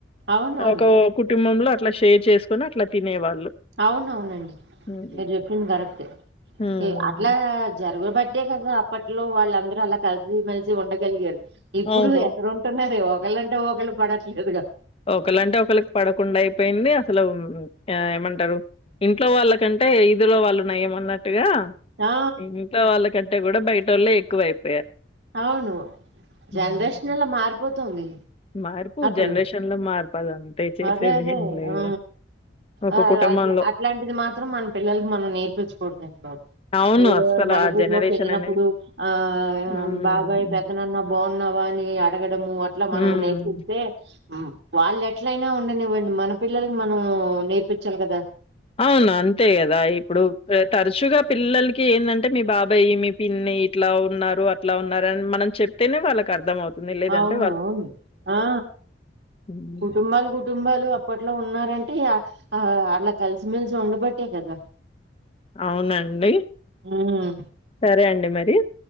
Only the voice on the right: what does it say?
అవునవును.
అవున అవునండి
మీరు చెప్పింది కరెక్ట్
అట్లా జరుగ బడ్డే కదా అప్పట్లో వాళ్ళందరూ అలా కలిసిమెలిసి ఉండగలిగారు ఇప్పుడు
ఎక్కడ ఉంటున్నారే ఒకళంటే ఒకళ్ళ పడట్లేదు కూడా
ఆ!
అవును
జనరేషన్ ఎలా మారిపోతుంది
అసలు.
అదే అదే.
ఆ!
అ
ల అట్లాంటిది, మాత్రం, మన, పిల్లలకి, మనం, నేర్పించకూడదండి, బాబు.
ఏమో,
నలుగురులోకి,
ఎళ్ళినప్పుడు,
ఆ ఆమ్.
బాబాయ్, పెద్దనన్న, బావున్నావా, అని, అడగడము, అట్లా,
మనం, నేర్పిస్తే. ఆ వాళ్ళు, ఎట్లయినా, ఉండనివ్వండి, మన పిల్లలకి, మనం, మూ నేర్పించాలి, గదా.
అవునూ, ఆ
కుటుంబాలు, కుటుంబాలు, అప్. అప్పట్లో, ఉన్నారంటే, ఆ అలా, కలిసిమెలిసి, ఉండబట్టే, కదా.
ఉమ్,